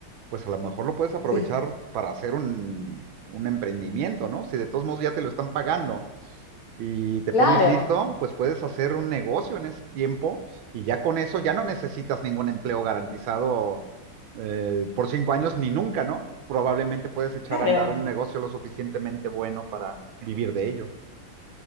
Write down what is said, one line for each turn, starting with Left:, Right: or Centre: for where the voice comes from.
Right: pues a lo mejor lo puedes aprovechar
Left: Sí,
Right: para hacer un, un emprendimiento, ¿no? Si de todos modos ya te lo están pagando y te
Left: claro,
Right: pones listo, pues puedes hacer un negocio en ese tiempo y ya con eso ya no necesitas ningún empleo garantizado eh, por cinco años ni nunca, ¿no? Probablemente puedes echar
Left: claro.
Right: a andar un negocio lo suficientemente bueno para vivir de ello.